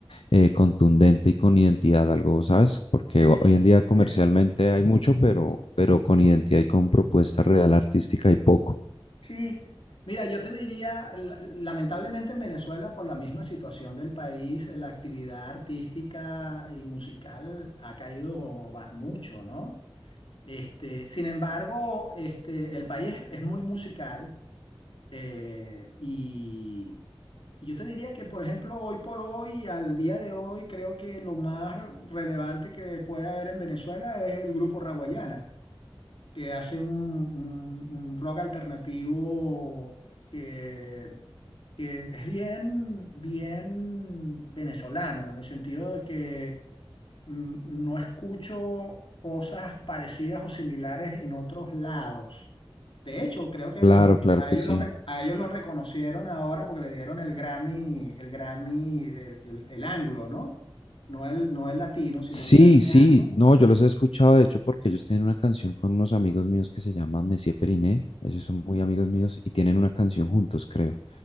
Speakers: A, on the left; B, on the left.
A: eh, contundente y con identidad, algo, ¿sabes? Porque
B: sí,
A: ho-
B: sí,
A: hoy en día
B: sí,
A: comercialmente
B: sí,
A: hay mucho, pero, pero con identidad y con propuesta real artística hay poco.
B: sí. Mira, yo te diría, la- lamentablemente en Venezuela, por la misma situación del país, la actividad artística y musical ha caído ba- mucho, ¿no? Este, sin embargo, este, el país es muy musical eh, y Yo te diría que, por ejemplo, hoy por hoy, al día de hoy, creo que lo más relevante que puede haber en Venezuela es el grupo Raguayana, que hace un, un- un rock alternativo que, que es bien, bien venezolano, en el sentido de que mm, no escucho cosas parecidas o similares en otros lados. De hecho, creo que
A: Claro,
B: los,
A: claro
B: a
A: que
B: ellos
A: sí.
B: los, re- a ellos los reconocieron ahora porque le dieron el Grammy, el Grammy, el el, el anglo, ¿no? No el, no el latino, sino
A: Sí,
B: el Grammy
A: sí,
B: anglo.
A: no, yo los he escuchado, de hecho, porque ellos tienen una canción con unos amigos míos que se llaman Messier Periné, ellos son muy amigos míos y tienen una canción juntos, creo.